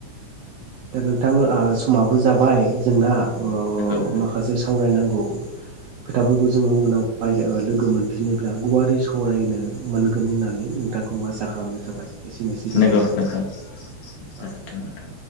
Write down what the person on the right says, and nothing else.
दा नोंथां ओ समाबो जाबाय जोंना अ
माखासे
सावरायनांगौ खोथाफोरखौ जोङो उनावहाय ओ लोगो मोनफिनोब्ला गुवारै सावरायनो मोनगोन होननानै नोंथांखौ आसा खालामनाय थाबाय। एसेनोसै गोजोन्थों
औ।